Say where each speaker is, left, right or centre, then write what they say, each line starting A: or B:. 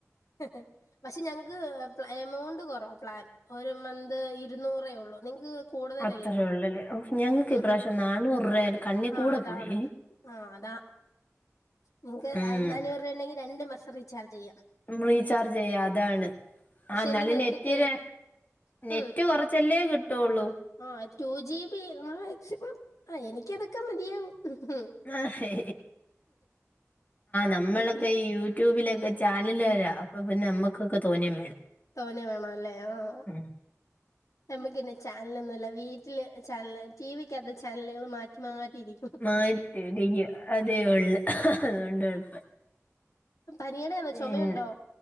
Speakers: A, on the left (about 80°); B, on the left (about 30°).
A: <unintelligible> പക്ഷെ ഞങ്ങക്ക് എമൗണ്ട് കുറവ പ്ലാൻ ഒരു മന്ത് ഇരുന്നൂറേ ഉള്ളു നിങ്ങക്ക് കൂടുതലല്ലയോ
B: അത്രയേ ഉള്ളല്ലേ ഒ ഞങ്ങക്ക്
A: ഉം
B: ഇപ്രാശ്യം
A: ഹും.
B: നാന്നൂറാ കണ്ണി
A: ആ
B: കൂടെ
A: അതാണ്
B: പോയി
A: ആ അതാ നിങ്ങക്ക്
B: ഉം
A: അ നഞ്ഞൂറ് രൂപ ഉണ്ടെങ്കി രണ്ട് മാസ്ത്തെ റീചാർജ് ചെയ്യാ
B: റീചാർജ് ചെയ്യ അതാണ്
A: പക്ഷെ
B: ആ എന്നാാലും
A: എന്റെ നേരത്തെ
B: നെറ്റില്
A: കേരള
B: നെറ്റ്
A: ഉം
B: കൊറച്ചല്ലേ കിട്ടുള്ളൂ
A: ആഹ് ടു ജി ബി മാക്സിമം ആ എനിക്കതൊക്കെ മതിയാവുംഉം
B: ആഹ് ഹെ നമ്മളൊക്കെ
A: ഇന്ന്
B: യൂ ട്യൂബിലൊക്കെ ചാനൽകാര അപ്പൊ പിന്നെ നമ്മക്കൊക്കെ തോന്നിയ വേണം
A: തോന വേണല്ലെ ആഹ്
B: ഉം
A: നമ്മുക്കിന്ന് ചാനലൊന്നുല്ല വീട്ടില് ചാനൽ ടി വിക്കാത്ത് ചാനലുകൾ മാറ്റി മാറ്റിയിരി
B: മാറ്റിയിരിക്ക അതേ ഉള്ളു അതോണ്ട് കൊഴപ്പ
A: പനിയുടെയാന്നോ
B: പിന്നെ
A: ചൊമയുണ്ടോ